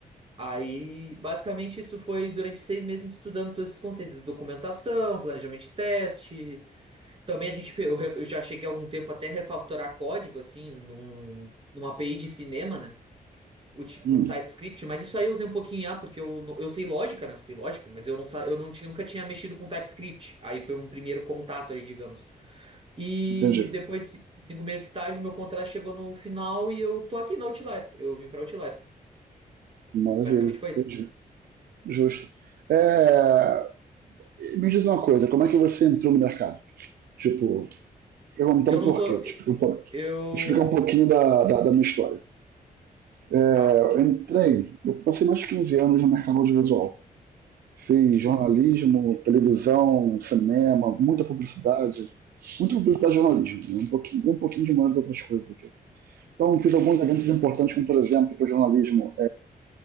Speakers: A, on the right (about 35°); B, on the right (about 80°).
A: Aí, basicamente, isso foi durante seis meses a gente estudando todos esses conceitos, documentação, planejamento de teste. Também a gente, eu, re- eu já cheguei há algum tempo até a refatorar código, assim, num, numa API de cinema, né? Uti- Com
B: Hum,
A: TypeScript, mas isso aí eu usei um pouquinho em A, porque eu, não- eu sei lógica, né? Eu sei lógica, mas eu não, sa- eu não tinha, nunca tinha mexido com TypeScript. Aí foi um primeiro contato ali, digamos. E
B: entendi.
A: depois de ci- cinco meses de estágio, meu contrato chegou no final e eu tô aqui na Outlier. Eu vim pra Outlier.
B: Maravilha,
A: Basicamente foi isso.
B: entendi. Justo. É, me diz uma coisa, como é que você entrou no mercado? Tipo, perguntando
A: Eu não
B: por
A: tô.
B: quê, vou te explicar um pouquinho,
A: Eu.
B: explicar um pouquinho da, da, da minha história. É,
A: Tá.
B: eu entrei, eu passei mais de 15 anos no mercado audiovisual. Fiz jornalismo,
A: Uhum.
B: televisão, cinema, muita publicidade, muita publicidade e jornalismo, né? um pouquinho, um pouquinho de mais outras coisas aqui. Então, fiz alguns eventos importantes, como por exemplo, para o jornalismo,